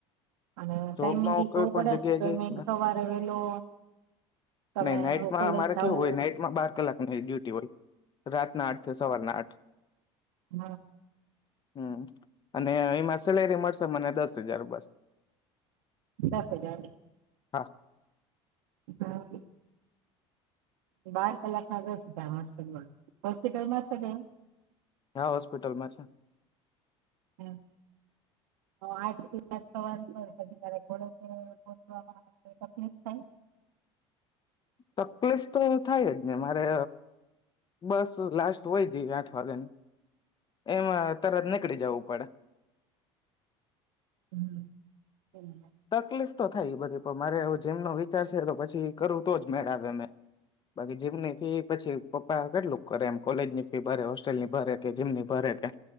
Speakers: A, on the right; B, on the left.
A: અને ટાઈમિંગ
B: જોબમાં હું
A: એ
B: કોઈ
A: જોવું
B: પણ
A: પડે
B: જગ્યાએ
A: તોય
B: જઈશ
A: મે
B: ને
A: સવારે વેલો તને
B: નહી નાઈટમાં
A: કોલેજ
B: અમારે
A: જવું
B: કેવું હોય નાઈટમાં બાર કલાક ન ડ્યુટી હોય રાત આઠ થી સવાર આઠ
A: હા
B: હમ અને એમાં સેલેરી મળશે મને દસ હજાર બસ
A: દસ હજાર
B: હા
A: હા બાર કલાકમાં દસ હજાર મલશે પણ હોસ્પિટલમાં છે ક‌ઇ
B: હા હોસ્પિટલમાં છે
A: હ આઠ થી સાત સવારે કર પછી તને કોલેજ પહચવામાં કઈ તકલીફ થાય
B: તકલીફ તો થાય જ ને મારે બસ લાસ્ટ હોય જે આઠ વાગ્યાની એમાં તરત નીકળી જવું પડે
A: <inaudible> <inaudible>
B: તકલીફ તો થાય બધી પણ મારે જીમ નો વિચાર છે તો પછી કરવું તો જ મેળ આવે મે બાકી જીમની ફી પછી પપ્પા કેટલું કરે એમ કોલેજ ની ફી ભરે હોસ્ટેલ ની ભારે કે જીમ ની ભરે કે